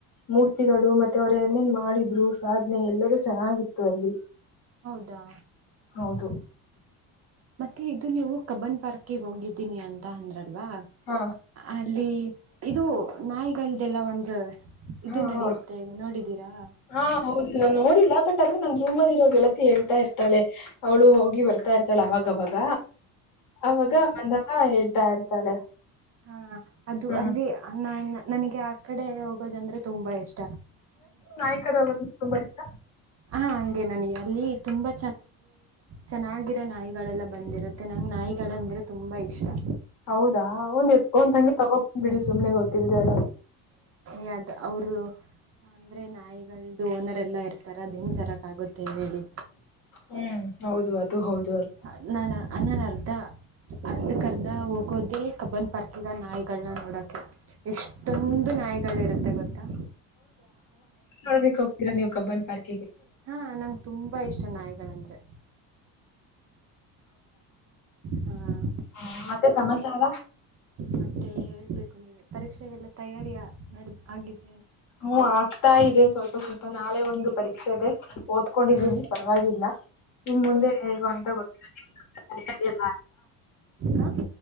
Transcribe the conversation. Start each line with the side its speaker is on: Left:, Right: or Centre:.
Left: ಮೂರ್ತಿಗಳು ಮತ್ತ ದೊರೆಯಲ್ಲಿ ಮಾಡಿದ್ರು ಸಾದನೆ ಏಲ್ಲರು ಚೆನ್ನಾಗಿತ್ತು ಅಲ್ಲಿ
Right: ಹೌದಾ
Left: ಹೌದು
Right: ಮತ್ತೆ ಇದುನ ಯಾವಾಗ ಕಬ್ಬನ್ ಪಾರ್ಕಾಗ ಹೋಗಿದೀನಿ ಅಂತಾ ಅಂದ್ರಲ್ಲ ಇಲ್ವಾ
Left: ಹಾ
Right: ಅಲ್ಲಿ ಇದು ನಾಯಿ ಕೇಳದೆಲಾ ಒಂದು ಇದು
Left: ಹ್ಮ್
Right: ನಡೆಯುತ್ತೆ
Left: ಹ್ಮ್
Right: ನೋಡಿದ್ದೀರಾ
Left: ಹಾ ಹೌದು ನಾ ನೋಡಿಲ್ಲ ಬಟ್ ಆದ್ರೆ ನಂಗ ರೂಮಲ್ಲಿ ಇರೋ ಗೆಳತಿ ಹೇಳ್ತಿರ್ತಾಳೆ ಅವಳು ಹೋಗಿ ಬರ್ತಾ ಇರ್ತಾಳೆ ಅವಾಗ ಅವಾಗ ಅವಾಗ
Right: ಹಾ
Left: ಮಂದನಾ ಹೇಳ ಹೇಳ್ತಾ ಇರ್ತಾಳೆ
Right: ಹಾ ಅದು
Left: ಹ್ಮ್
Right: ಅಲ್ಲಿ ಅನ್ನಯನ ನನಗೆ ಆಕಡೆ ಹೋಗೋದು ಅಂದ್ರೆ ತುಂಬಾ ಇಷ್ಟಾ
Left: ನಾಯಿ ಕಡೆ ಹೋಗೋದು ಅಂದ್ರೆ ತುಂಬಾ ಇಷ್ಟ
Right: ಹಂಗೆ ನಂಗ ಯಲ್ಲಿ ತುಂಬ ಚೆನ್ನಾಗಿರೋ ನಾಯಿಗಳೆಲ್ಲಾ ಬಂದಿರುತ್ತೆ ನಂಗ ನಾಯಿಗಳೆಂದರೆ ತುಂಬಾ ಇಷ್ಟಾ
Left: ಹೌದಾ ಅವನ ಯತಕೊಂಡ ತಗೊಂಡ ಬಿಡು ಸುಮ್ನೆ ತಿಂದೆ
Right: ಯದ ಅವರ ಅಂದ್ರೆ ನಾಯಿಗಳದ್ದು ಓನರ್ ಯಲ್ಲಾ ಇರ್ತಾರೆ ಆ ತರ ಅದೆಂಗೆ ತರಕೆ ಆಗುತ್ತೆ ಹೇಳಿ.
Left: ಹ್ಮ್ <inaudible>
Right: <unintelligible> ಅರ್ಧಕರ್ಧ ನಾವ್ ಹೋಗೊದೆ ಕಬ್ಬನ್ ಪಾರ್ಕಿಗ ನಾಯಿಗಳನ್ನ ನೋಡಕೆ, ಎಷ್ಟೋಂದ್ ನಾಯಿಗಳ್‌ ಇರುತ್ತೆ ಗೊತ್ತಾ.
Left: ನೋಡದಿಕ್ ಹೋಗ್ತೀರಾ ನೀವು ಕಬ್ಬನ್ ಪಾರ್ಕ್
Right: ಆ ನಂಗೆ ತುಂಬಾ ಇಷ್ಟ ನಾಯಿಗಳಂದ್ರೆ. ಹಾಂ
Left: ಆ ಮತ್ತೆ ಸಮಾಚಾರ
Right: ಮತ್ತು ಹೇಳಬೇಕು ಪರೀಕ್ಷೆಗೆಲ್ಲ ತಯಾರಿಯ ನಡೆದ ಆಗಿದಿಯಾ
Left: ಹು ಆಗ್ತಾ ಇದೆ ಸ್ವಲ್ಪ ಸ್ವಲ್ಪ ನಾಳೆ ಒಂದು ಪರೀಕ್ಷೆ ಇದೆ, ಓದ್ಕೊಂಡಿದೀವಿ
Right: ಹ್ಮ್
Left: ಪರವಾಗಿಲ್ಲ. ಇನ್ಮುಂದೆ
Right: ಹಾಂ
Left: ಹೇಗೋ ಅಂತ ಗೊತ್ತಿಲ್ಲ
Right: ಹಾಂ